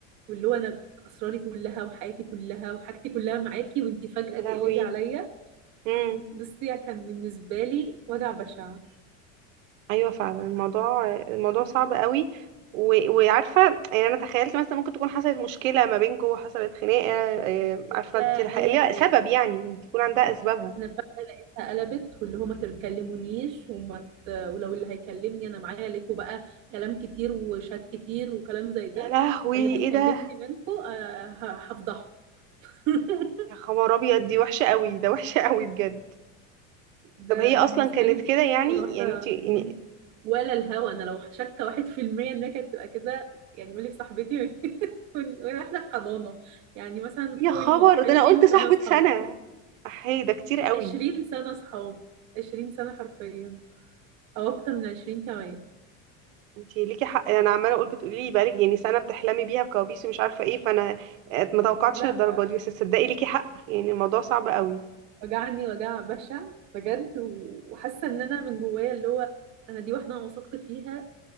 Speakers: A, on the right (about 45°); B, on the right (about 85°).
A: واللي هو انا اسراري كلها وحياتي كلها وحاجتي كلها معاكي وانتي فجأة
B: يا
A: تقلبي
B: لهوي
A: عليا
B: امم
A: بس يعني كان بالنسبة لي وجع بشع
B: ايوه فعلا الموضوع الموضوع
A: مم.
B: صعب قوي و... وعارفه يعني انا تخيلت مثلا ممكن تكون حصلت مشكله ما بينكم حصلت خناقه إيه،
A: ولا
B: عارفه انت الح...
A: اي
B: ليها
A: حاجة
B: سبب يعني يكون عندها اسبابها
A: انا فجأة لقيتها قلبت واللي هو ما تكلمونيش وما ت... ولو اللي هيكلمني انا معايا ليكوا بقى كلام كتير وشات كتير وكلام زي ده
B: يا لهوي
A: فاللي هيكلمني
B: ايه ده
A: منكوا آه، ه- هفضحه <laughs>
B: يا خبر ابيض دي وحشه قوي ده وحشه قوي بجد
A: ده
B: طب هي اصلا
A: بالنسبة
B: كانت
A: لي دي
B: كده
A: اكتر
B: يعني
A: واحدة
B: يعني انت
A: من-
B: يعني
A: ولا الهوا انا لو شاكة واحد في المية انها كانت تبقى كده يعني بقول لك صاحبتي <laughs> من- وانا احنا في حضانة يعني مثلا
B: يا
A: فوق
B: خبر
A: ال
B: ده
A: 20
B: انا قلت
A: سنة
B: صاحبه
A: صحاب
B: سنه احي ده كتير قوي
A: 20 سنة صحاب 20 سنة حرفيا او اكتر من 20 كمان
B: انت ليكي حق انا عماله اقول بتقولي لي بقالك يعني سنه بتحلمي بيها بكوابيس ومش عارفه ايه فانا آه، ما توقعتش
A: لا
B: للدرجه دي
A: آه،
B: بس تصدقي ليكي حق يعني الموضوع صعب قوي
A: وجعني وجع بشع بجد و- وحاسه ان انا من جوايا اللي هو انا دي واحده انا وثقت فيها